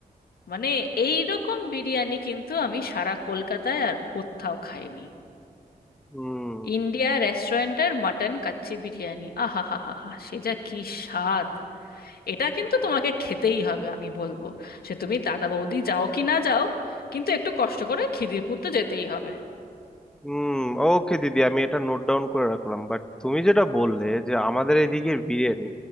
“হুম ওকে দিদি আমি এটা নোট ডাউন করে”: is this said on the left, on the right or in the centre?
Centre